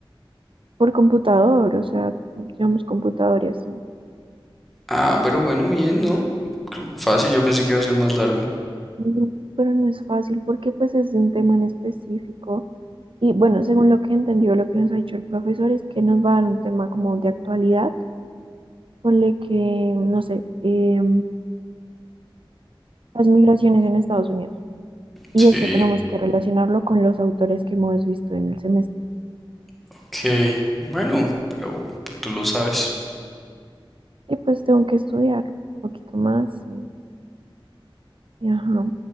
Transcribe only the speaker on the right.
por computador, o sea, llevamos computador y así.
Mm, Pero no es fácil porque pues es de un tema en específico. Y bueno, según lo que entendió, lo que nos ha dicho el profesor es que nos va a dar un tema como de actualidad Ponle que, no sé, em, las migraciones en Estados Unidos. Y
eso tenemos que relacionarlo con los autores que hemos visto en el semestre.
Y pues tengo que estudiar un poquito más. Y, y ajá.